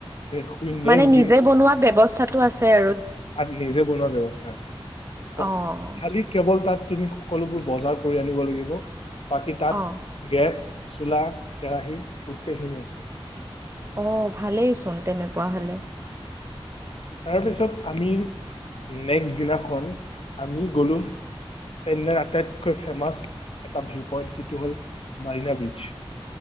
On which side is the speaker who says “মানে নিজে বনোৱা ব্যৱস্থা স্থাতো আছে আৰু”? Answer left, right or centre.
Right